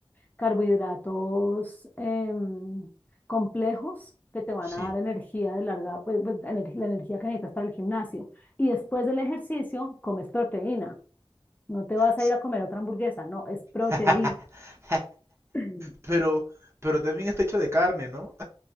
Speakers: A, on the left; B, on the right.
A: carbohidratos em, complejos que te van
B: sí.
A: a dar energía de larga, pues, pues, energ- la energía que necesitas para el gimnasio. Y después del ejercicio, comes proteína. No te vas
B: S-
A: a ir a comer otra hamburguesa, no, es proteína.
B: <laughs>
A: <clears throat>
B: Pero, pero también está hecho de carne, ¿no?